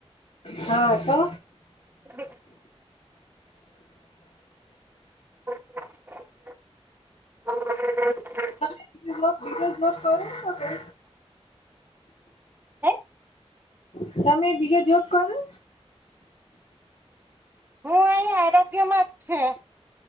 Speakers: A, on the left; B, on the right.
A: હા તો
B: બે <unintelligible>
A: <unintelligible> ધીરજ નો કરી શકે.
B: હે?
A: તમે બીજો જોબ કરુષ?
B: હું આયા આરોગ્ય માં જ છે.